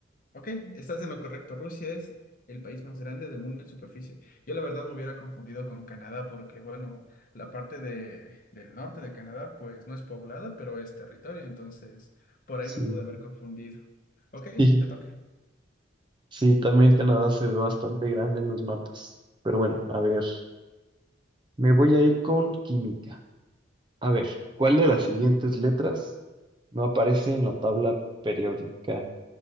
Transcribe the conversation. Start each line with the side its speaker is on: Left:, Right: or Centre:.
Left: Ok, estás en lo correcto. Rusia es el país más grande del mundo en superficie. Yo la verdad me hubiera confundido con Canadá porque, bueno, la parte de, del norte de Canadá pues no es poblada, pero es territorio, entonces por
Right: Sí.
Left: ahí me pude haber confundido. Ok,
Right: <laughs>
Left: te toca.
Right: Sí, también Canadá se ve bastante grande en los mapas. Pero bueno, a ver, me voy a ir con química. A ver, ¿cuál de las siguientes letras no aparece en la tabla periódica